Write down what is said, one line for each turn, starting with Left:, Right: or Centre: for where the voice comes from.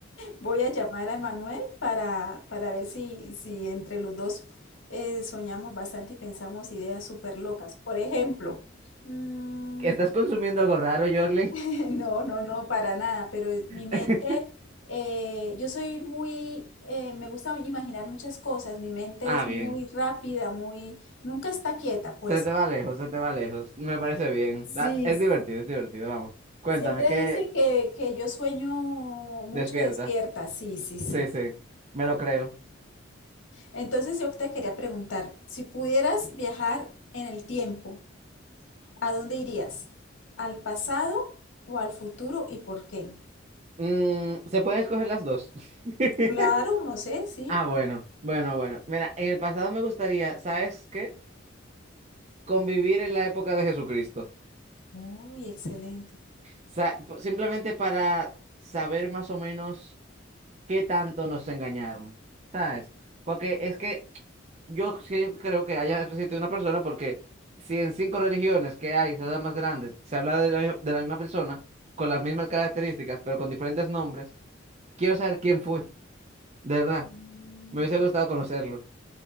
Left: voy a llamar a Manuel para, para ver si, si entre los dos eh, soñamos bastante y pensamos ideas súper locas. Por ejemplo, mm,
Right: ¿Estás consumiendo algo raro, Jorlen?
Left: <laughs> no, no, no, para nada, pero mi mente,
Right: <laughs>
Left: eh, yo soy muy, eh, me gusta imaginar muchas cosas, mi mente
Right: Ah,
Left: es
Right: bien.
Left: muy rápida, muy, nunca está quieta, pues.
Right: Se te va lejos, se te va lejos. Me parece bien.
Left: Sí,
Right: Da- es
Left: s-
Right: divertido, es divertido, vamos. Cuéntame,
Left: siempre
Right: ¿qué
Left: dicen que, que yo sueño mucho
Right: despierta?
Left: despierta, sí, sí,
Right: Sí,
Left: sí.
Right: sí, me lo creo.
Left: Entonces yo te quería preguntar, si pudieras viajar en el tiempo, ¿a dónde irías? ¿Al pasado o al futuro y por qué?
Right: Mm, ¿se pueden escoger las dos? <laughs>
Left: Claro, no sé, sí.
Right: Ah, bueno, bueno, bueno. Mira, en el pasado me gustaría, ¿sabes qué? Convivir en la época de Jesucristo.
Left: Uy, excelente.
Right: Sa- po- simplemente para saber más o menos. qué tanto nos engañaron, ¿sabes? Porque es que yo sí creo que haya existido una persona porque si en cinco religiones que hay, ciudades más grandes, se habla de la, de la misma persona, con las mismas características, pero con diferentes nombres, quiero saber quién fue, de verdad.
Left: Mm,
Right: Me hubiese gustado conocerlo.